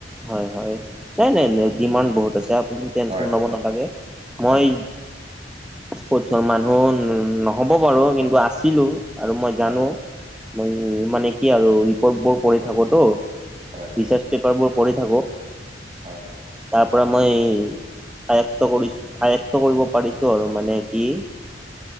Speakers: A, in the centre; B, on the right.
A: হয় হয় নাই নাই
B: হয়
A: ডিমাণ্ড বহুত আছে আপুনি টেনশন
B: হয়
A: লব নালাগে মই
B: হয়
A: স্পৰ্টচৰ মানুহ নহ'ব পাৰো কিন্তু আছিলো আৰু মই জানো
B: হয়
A: মই মানে কি আৰু ৰিপৰ্ট বোৰ পঢ়ি থাকো তো
B: হয়
A: ৰিচাৰ্চ পেপাৰবোৰ পঢ়ি থাকো
B: হয়
A: তাৰ পৰা মই আয়ত্ত কৰিছো আয়ত্ত কৰিব পাৰিছো আৰু মানে কি